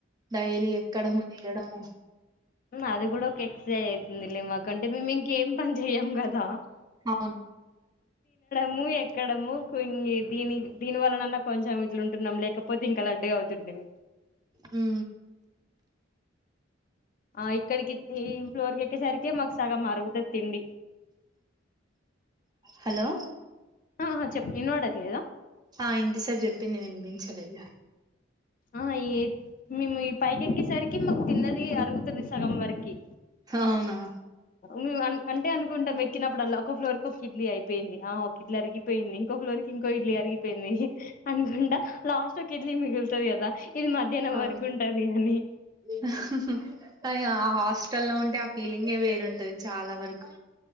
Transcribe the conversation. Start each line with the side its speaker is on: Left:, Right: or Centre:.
Right: డైలీ ఎక్కడము, దిగడము
Left: అది కూడా ఒక ఎక్సర్సైజ్ అయితుంది లే మాకంటే మేము ఇంకేం పని చెయ్యాం కదా.
Right: అవును
Left: ము ఎక్కడము దీని దీని వలనన్నా కొంచెం ఇట్లుంటున్నాం లేకపోతే ఇంకా లడ్డుగా అవుతుం హు
Right: హు
Left: ఆ ఇక్కడికి త్రీ ఫ్లోర్ క ఎక్కేసరికి మాకు సగం అరుగుతుంది తిండి.
Right: హలో
Left: హా చెప్పు విన్వడట్లేదా
Right: ఆ ఇంత సేపు చెప్పింది వినిపించలేదా
Left: ఆ ఏ మేము ఈ పైక ఎక్కేసరికి మాకు తిన్నది అరుగుతుది సగం వరకి
Right: అవునా
Left: మేము అన్ అంటే అనుకుంటాం ఎక్కినప్పుడుల్లా ఒక ఫ్లోర్కి ఒక ఇడ్లీ అయిపోయింది. ఆ ఒక ఇడ్లీ అరిగిపోయింది ఇంకొ ఫ్లోర్కి ఇంకో ఇడ్లీ అరిగిపోయింది. హి అనుకుంటా లాస్ట్ ఒక ఇడ్లీ మిగులుతది కదా. ఇది మధ్యాహ్నం
Right: ఆ
Left: వరకు ఉంటది అని
Right: హాహా అయ హాస్టల్ లో ఉంట ట ఆ ఫీలింగే వేరుంటది చాలా వరకు